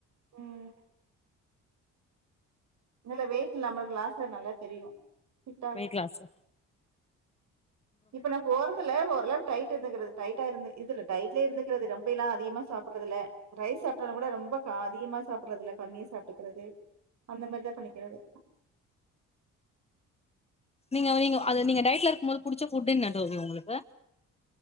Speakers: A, on the right; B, on the left.
A: ம் இல்லல்ல வெயிட் நம்மளுக்கு லாஸ்ட்ல நல்லா தெரியு ஃபிட் ஆகு
B: வெயிட் லாஸ்சா
A: இப்ப நா போறதில்ல ஓரளவுக் டைட் இருந்துக்கிறது டைட்டா இருந்து இதுல டயட்லே இருந்துகிறது ரொம்பயெல்லா அதிகமா சாப்பிடுறது இல்ல ரைஸ் சாப்பிட்டாலு கூட ரொம்ப க அதிகமா சாப்பிடுறது இல்ல கம்மியா சாட்டுக்கிறது அந்த மாதிரிதா பண்ணிக்கிறது
B: நீங்க நீங்க அது நீங்க டயட்ல இருக்கு போது புடிச்ச புட்டு என்ன டோரி உங்களுக்கு